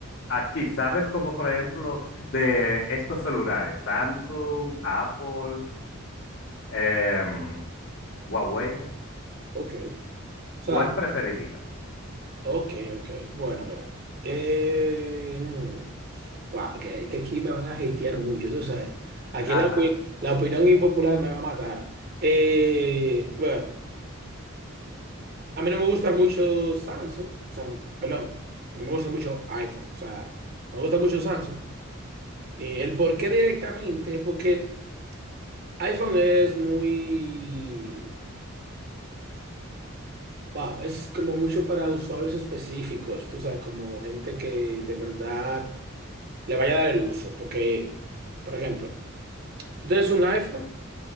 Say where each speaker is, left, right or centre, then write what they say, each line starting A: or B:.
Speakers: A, on the left (about 60°); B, on the right (about 45°).
A: aquí, ¿sabes como por ejemplo de estos celulares, Samsung, Apple, em, Huawei?
B: Ok. O sea,
A: ¿Cuál preferirías?
B: ok, ok. Bueno, mira. Eh, mm, wow, que, que aquí me van a hatear mucho, tú sabes. Aquí
A: Ajá,
B: la, opi- la opinión impopular me va a matar. Eh, bueno, a mí no me gusta mucho Samsung. O sea, perdón, no me gusta mucho iPhone. O sea, me gusta mucho Samsung. Eh, el por qué directamente es porque iPhone es muy... Wow, es como mucho para usuarios específicos, tú sabes, como gente que de verdad le vaya a dar el uso, porque, por ejemplo, si tú tienes un iPhone,